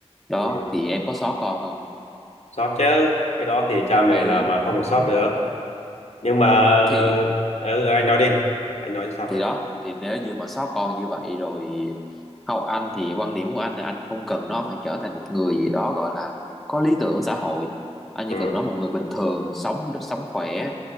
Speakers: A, in the centre; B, on the left.
A: đó
B: ừ.
A: thì em có sót con không
B: Sót chứ cái đó thì cha mẹ
A: ừ
B: nào mà không có sót được nhưng mà
A: thì
B: ừ, anh nói đi anh nói xong
A: thì
B: này
A: đó thì nếu như mà sót con như vậy rồi không anh thì quan điểm của anh là anh không cần nó phải trở thành một người gì đó gọi là có lý tưởng xã hội anh
B: ừ.
A: chỉ cần nó một người bình thường sống sống khỏe